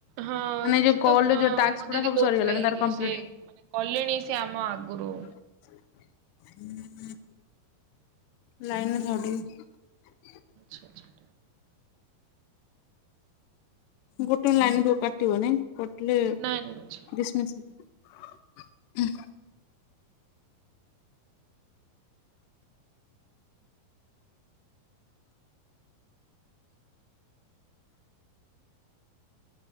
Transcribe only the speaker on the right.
ହଁ
ସେତ
କଁ
ମୋ
ଦିଦି
କହୁଥିଲେ
କିସେ
ମାନେ ନେ କଲେଣି ସେ ଆମ ଆଗରୁ।
ଛା ଆଛା।
ନାଇଁ ନାଇଁ ଅଛି।